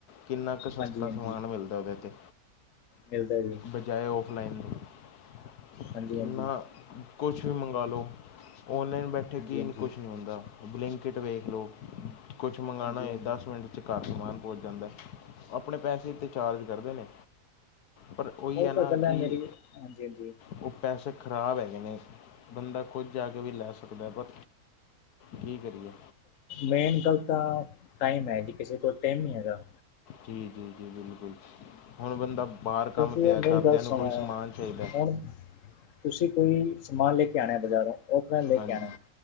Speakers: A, on the left; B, on the left.
A: ਕਿੰਨਾ ਕੁ ਸਸਤਾ
B: ਹਾਂਜੀ ਹਾਂਜੀ
A: ਸਮਾਨ ਮਿਲਦਾ ਉਹਦੇ 'ਤੇ।
B: ਮਿਲਦਾ ਜੀ।
A: ਬਜਾਏ ਔਫਲਾਈਨ ਦੇ।
B: ਹਾਂਜੀ ਹਾਂਜੀ
A: ਨਾ ਕੁਛ ਵੀ ਮੰਗਵਾ ਲਉ। ਔਨਲਾਈਨ ਬੈਠੇ
B: ਹਾਂਜੀ
A: ਕੀ
B: ਹਾਂਜੀ
A: ਨਹੀਂ ਕੁਛ ਨਹੀਂ ਹੁੰਦਾ। ਬਲਿੰਕੀਟ ਵੇਖ ਲਓ। ਕੁਛ ਮੰਗਵਾਉਣਾ
B: ਹਾਂਜੀ
A: ਹੋਏ,
B: ਹਾਂਜੀ
A: ਦਸ ਪਿੰਡ ਘਰ ਸਮਾਨ ਪਹੁੰਚ ਜਾਂਦਾ। ਆਪਣੇ ਪੈਸੇ ਏ ਤੇ ਚਾਰਜ ਕਰਦੇ ਨੇ। ਪਰ ਉਹ ਹੈ ਨਾ
B: ਤਾਂ ਗੱਲ
A: ਕਿ
B: ਮੇਰੀ ਹਾਂਜੀ ਹਾਂਜੀ
A: ਉਹ ਪੈਸੇ ਖ਼ਰਾਬ ਹੈਗੇ ਨੇ। ਬੰਦਾ ਕੁਝ ਜਾ ਕੇ ਵੀ ਲੈ ਸਕਦਾ। ਪਰ ਕੀ ਕਰੀਏ।
B: ਮੇਨ ਗੱਲ ਤਾਂ ਟਾਈਮ ਹੈ ਜੀ, ਕਿਸੇ ਕੋਲ ਟਾਈਮ ਨੀ ਹੈਗਾ।
A: ਜੀ- ਜੀ- ਜੀ ਬਿਲਕੁਲ, ਹੁਣ ਬੰਦਾ ਬਾਹਰ
B: ਕਿਉਂਕਿ
A: ਕੰਮ ਤੇ ਆ
B: ਮੇਰੀ
A: ਘਰਦਿਆਂ
B: ਗੱਲ
A: ਨੂੰ
B: ਸੁਣੋ
A: ਕੋਈ ਸਮਾਨ ਚਾਹੀਦਾ।
B: ਹੁਣ ਤੁਸੀਂ ਕੋਈ ਸਮਾਨ ਲੈ ਕੇ ਆਉਣਾ ਬਾਜ਼ਾਰੋਂ। ਔਫਲਾਈਨ ਲੈ
A: ਹਾਂਜੀ
B: ਕੇ ਆਉਣਾ।